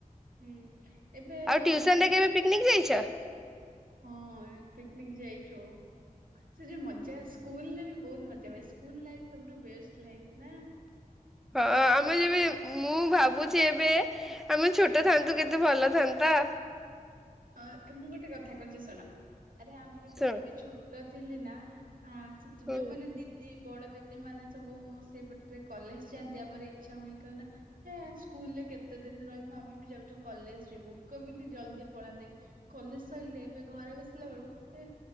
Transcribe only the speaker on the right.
ହୁଁ। ଏବେ
ଏ
ହଁ ପିକନିକ ଯାଇଛୁ। ସେ ଯ ମଜା ସ୍କୁଲ ରେ ବି ବହୁତ ମଜା ହୁଏ। ସ୍କୁଲ ଲାଇଫ ସବୁଠୁ ବେଷ୍ଟ ଲାଇଫ ନା?
ହଁ ମୁଁ ଗୋଟେ କଥା କହୁଚି ଶୁଣ। ଆରେ ଆମେ ଯେତେବେଳେ
ବି ଛୋଟ ଥିଲି ନା ଆ
ଯୋଉମାନେ ଦିଦି ବଡ ଦିଦି ମାନେ ସବୁ ସେଇପଟରେ କଲେଜ ଯାଆନ୍ତି ଆମର ଇଚ୍ଛା ହୁଏ କନା ହେ ସ୍କୁଲରେ କେତେ ଦିନ ରହିବ ଆମେ ବି ଯାଉଚୁ କଲେଜ ଯିବୁ କେମିତି ଜଲଦି ପଳାନ୍ତି କଲେଜ ସରିଲେ ଏବେ ଘରେ ବସିଲା ବେଳୁ ଏ